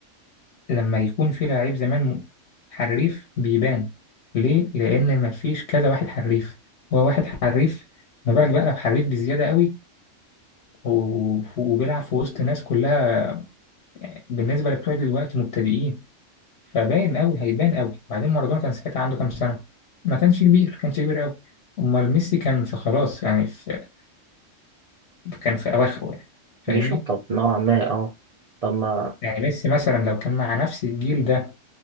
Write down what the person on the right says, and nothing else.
بيشطط نوعا ما اه طب ما